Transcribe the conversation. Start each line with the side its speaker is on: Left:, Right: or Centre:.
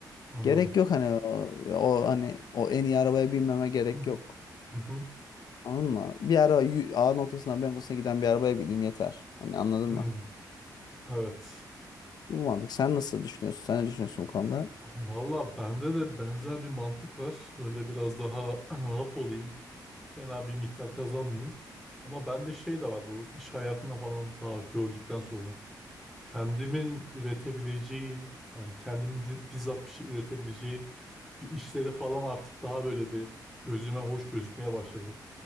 Centre: anladım.
Left: Gerek yok hani o, o hani o en iyi arabaya binmeme gerek
Centre: <laughs> Hmm,
Left: yok.
Centre: hı hı,
Left: Anladın mı? Bir ara y- A noktasından B noktasına giden bir arabaya bineyim yeter. Hani anladın
Centre: hmm,
Left: mı?
Centre: evet.
Left: Bu mantık. Sen nasıl düşünüyorsun? Sen ne düşünüyorsun bu konuda?
Centre: Valla bende de benzer bir mantık var. Böyle biraz daha <clears throat> rahat olayım. Fena bir miktar kazanmayayım. Ama bende şey de var bu iş hayatına falan daha gördükten sonra. Kendimin üretebileceği yani kendimin di- bizzat bir şey üretebileceği bir işleri falan artık daha böyle bir gözüme hoş gözükmeye başladı.